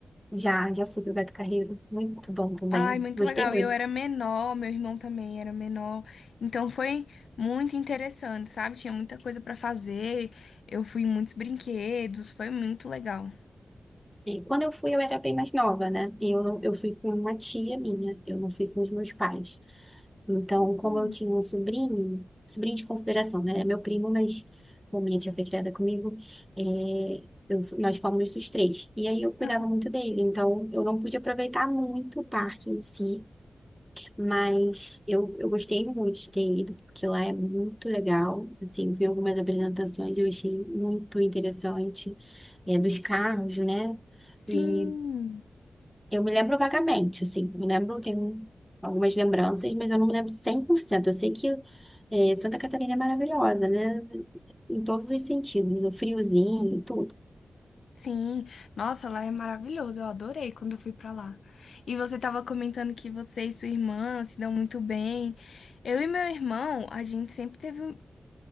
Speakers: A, in the centre; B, on the left.
A: Já, já fui pro Beto Carreiro, muito bom também,
B: Ai, muito
A: gostei
B: legal.
A: muito.
B: E eu era menor, meu irmão também era menor. Então foi muito interessante, sabe? Tinha muita coisa pra fazer. Eu fui em muitos brinquedos, foi muito legal.
A: E quando eu fui, eu era bem mais nova, né? E eu, não- eu fui com uma tia minha, eu não fui com os meus pais. Então,
B: Hum.
A: como eu tinha um sobrinho, sobrinho de consideração, né? É meu primo, mas como minha tia foi criada comigo, é, eu- nós fomos os três. E aí eu cuidava
B: Aham.
A: muito dele, então eu não pude aproveitar muito o parque em si. Mas eu, eu gostei muito de ter ido, porque lá é muito legal. Assim, vi algumas apresentações, eu achei muito interessante, é, dos carros, né?
B: Sim,
A: E eu me lembro vagamente, assim, me lembro, tenho algumas lembranças, mas eu não me lembro 100%. Eu sei que é, Santa Catarina é maravilhosa, né? Em todos os sentidos, o friozinho, tudo.
B: sim. Nossa, lá é maravilhoso. Eu adorei quando eu fui pra lá. E você tava comentando que você e sua irmã se dão muito bem. Eu e meu irmão, a gente sempre teve.